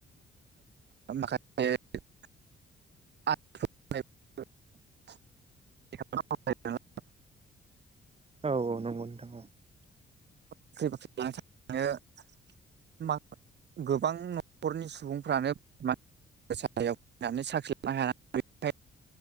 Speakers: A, on the right; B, on the right.
A: माखा <unintelligible> <inaudible> लानो
B: औ औ नंगौ नोंथां।
A: बाख्रि बाख्रि जो <unintelligible> गोबां न'खरनि सुबुंफ्रानो फरायसालियाव फनानै साख्रि लानो हाया।